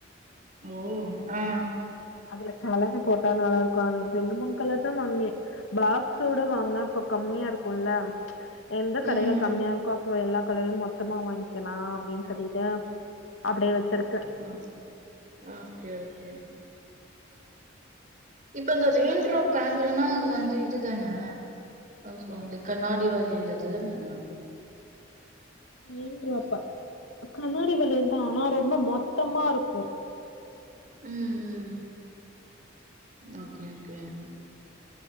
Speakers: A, on the right (about 40°); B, on the left (about 80°).
A: ஓ அ அ
B: அதுல கலந்து போட்டா நல்லா இருக்கு ஆனா ரெண்டு மூணு கலர் தா வாங்குனே பாக்ஸோட வாங்கினா இப்ப கம்மியா இருக்கும்ல ச்சு எந்த கடையில
A: ம்
B: கம்மியா இருக்கோ அப் போ எல்லா கலரையும் மொத்தமா வாங்கிக்கலா அப்டின்னு சொல்லிட்டு அப்டியே வச்சிருக்கே
A: ம் ஓகே ஓகே இப்ப இந்த ரெயின்ட்ராப் பேங்கல்னா அது வந்து இதுதான ஏதோ சொல்லுவங்களே கண்ணாடி வளையல் அதுதானவா
B: ரெயின்ட்ராப்பா கண்ணாடி வளையல் தா ஆனா ரொம்ப மொத்தமா இருக்கு
A: ம் ம் ஓகே ஓகே